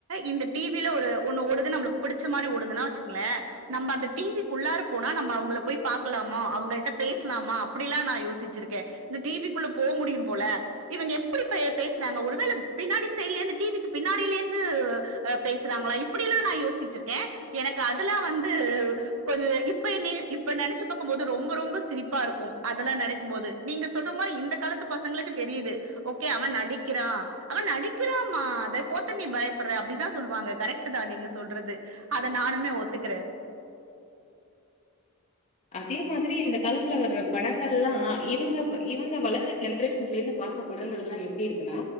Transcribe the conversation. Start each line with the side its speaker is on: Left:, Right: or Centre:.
Right: இந்த டிவில ஒரு ஒன்னு ஓடுது நம்மளுக்கு பிடிச்ச மாதிரி ஓடுதுன்னா வச்சுக்கங்களேன் நம்ம அந்த டிவிக்குள்ளாரு போனா நம்ம அவங்கள போய் பாக்கலாமோ அவங்கள்ட பேசலாமா அப்படில்லாம் நான் யோசிச்சிருக்கேன் இந்த டிவிக்குள்ள போக முடியும் போல இவங்க எப்படி பேசுறாங்க ஒருவேல பின்னாடி சைடுல டீவிக்கு பின்னாடியிலந்து பேசுறாங்களா இப்படிலாம் நான் யோசிச்சிருக்கேன் எனக்கு அதுலாம் வந்து கொஞ இப்ப இப்ப நினைச்சு பக்கும்போது ரொம்ப ரொம்ப சிரிப்பா இருக்கும் அதெல்லாம் நினைக்கும்போது நீங்க சொல்ற மாதிரி இந்த காலத்து பசங்களுக்கு தெரியுது ஓகே அவன் நடிக்கிறான் அவன் நடிக்கிறாமா அத போத்த நீ பயப்படுற அப்படிதான் சொல்லுவாங்க கரெக்ட் தான் நீங்க சொல்றது அத நானுமே ஒத்துக்கறேன்
Left: அதே மாதிரி இந்த காலத்துல வர்ற படங்கள் எல்லாம் இவங்க இவங்க வளர்ந்த ஜென்ரேஷன்ல இருந்து பார்த்த படங்கள் எல்லாம் எப்படி இருக்குன்னா